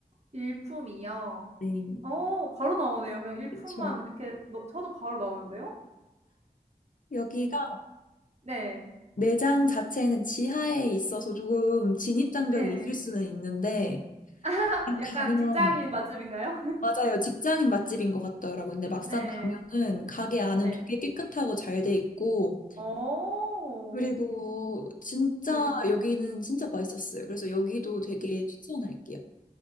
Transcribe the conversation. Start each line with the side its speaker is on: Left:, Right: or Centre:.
Right: 일품이요.
Left: 네.
Right: 어, 바로 나오네요. 그냥 일품만
Left: 그렇죠
Right: 이렇게 넣 쳐도 바로 나오는데요?
Left: 여기가
Right: 네.
Left: 매장 자체는 지하에 있어서 조금 진입장벽이
Right: 네.
Left: 있을 수는 있는데
Right: 아 약간
Left: 가면
Right: 직장인 맛집인가요?
Left: 맞아요. 직장인 맛집인 것 같더라고요.
Right: <laughs>
Left: 근데 막상
Right: 네.
Left: 가면은 가게 안은
Right: 네.
Left: 되게 깨끗하고 잘 돼 있고,
Right: 어.
Left: 그리고 진짜
Right: 네.
Left: 여기는 진짜 맛있었어요. 그래서 여기도 되게 추천할게요.